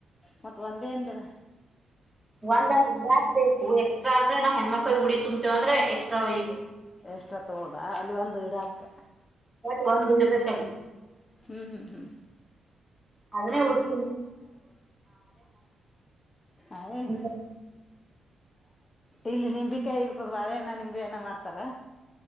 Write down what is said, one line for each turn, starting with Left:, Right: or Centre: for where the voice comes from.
Left: ಮತ್ ಒಂದೇ ಅಂದಿಲ್ಲ
Centre: ಒಂದಂದ ಬಾಕ್ ಬೇಕು ಎಕ್ಸ್ಟಾ ಅಂದ್ರೆ ನಾವು ಹೆಣ್ಣ್ಮಕ್ಳ ಉಡಿ ತುಂಬತೇವ ಅಂದ್ರೆ ಎಕ್ಸ್ಟ್ರಾ ಯುಯಿ
Left: ಎಕ್ಸ್ಟ್ರಾ ತಕೊಳೋದ ಅಲ್ಲಿ ಒಂದು ಇಡಕ್ಕ
Centre: ಮತ್ ಒಂದ್ ಇಡಬೇಕು ಅಲ್ಲಿ
Left: ಹ್ಮ್ ಹ್ಮ್ ಹ್ಮ್
Centre: ಅದನ್ನೇ ಉಡಿ
Left: ಅಯ್
Centre: <unintelligible> <unintelligible>
Left: ಇಲ್ಲಿ ನಿಂಬಿಕಾಯಿ ಇರ್ತದ ಬಾಳೆಹಣ್ಣ ನಿಂಬೆಹಣ್ಣ ಮಾಡ್ತಾರ